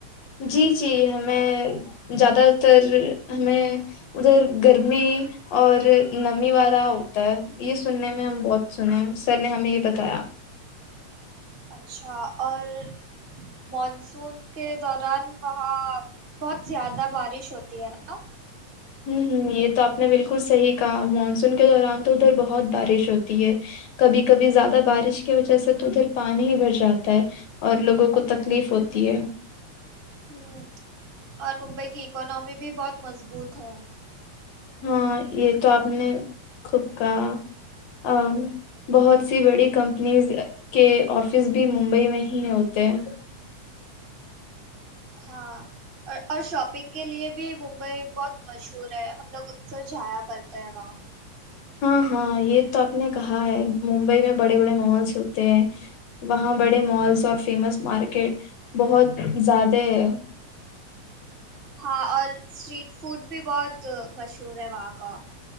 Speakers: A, on the left; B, on the right.
A: جی جی ہمیں زیادہ تر ہمیں ادھر گرمی اور نمی والا ہوتا ہے یہ سننے میں ہم بہت سنے ہیں سر نے ہمیں یہ بتایا
B: اچھا اور مانسون کے دوران وہاں بہت زیادہ بارش ہوتی ہے نا
A: ہوں ہوں یہ تو آپ نے بالکل صحیح کہا مانسون کے دوران تو ادھر بہت بارش ہوتی ہے کبھی کبھی زیادہ بارش کی وجہ سے تو ادھر پانی ہی بھر جاتا ہے اور لوگوں کو تکلیف ہوتی ہے
B: ہ اور ممبئی کی اکناممی بھی بہت مضبوط ہے
A: ہاں یہ تو آپ نے خوب کہا اور بہت سی بڑی کمپنیز کے آفس بھی ممبئی میں ہی ہوتے ہیں
B: ہاں اور شاپنگ کے لیے بھی ممبئی بہت مشہور ہے ہم لوگ اکثر جایا کرتے ہیں وہاں
A: ہاں ہاں یہ تو آپ نے کہا ہے ممبئی میں بڑے بڑے مالس ہوتے ہیں وہاں بڑے مالس اور فیمس مارکیٹ بہت زیادہ ہے
B: ہاں اور اسٹریٹ فوڈ بھی بہت مشہور ہے وہاں کا